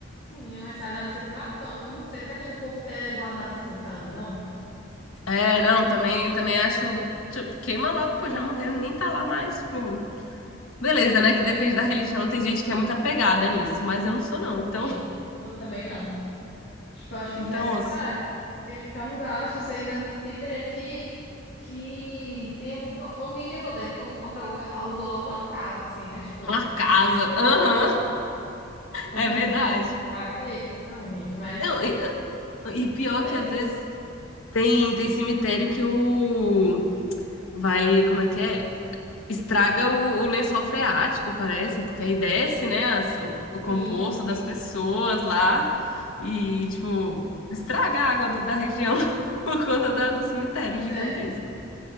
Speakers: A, on the left; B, on the left.
A: Sim, mas sabe lá, não sei pra, não, eu não sei para que que o povo quer guardar defunto ali, não.
B: É, não, também, também acho. tipo, Queima logo, pô, já morreu, nem tá lá mais, tipo. Beleza,
A: Nem,
B: né? Que depende da religião, tem gente que é muito apegada nisso, mas eu não sou, não.
A: sim,
B: Então,
A: eu também não. Tipo, eu acho desnecessário,
B: então,
A: porque ficar um gasto, você ainda e tem gente que, que tem a família toda, e compra, compra, é, aluga logo uma casa, assim, né? Tipo,
B: uma casa. Aham.
A: é
B: É
A: um misericórdia
B: verdade.
A: pra quê? Não, gente, mas
B: Não, e, e pior
A: né,
B: que às vezes tem, tem cemitério que o vai, como é que é? Estraga o, o lençol freático, parece, porque aí desce, né, as- o, o composto
A: sim
B: das pessoas lá e, tipo, estraga a água do- da região <laughs> por conta da- do cemitério gigantesco.
A: é.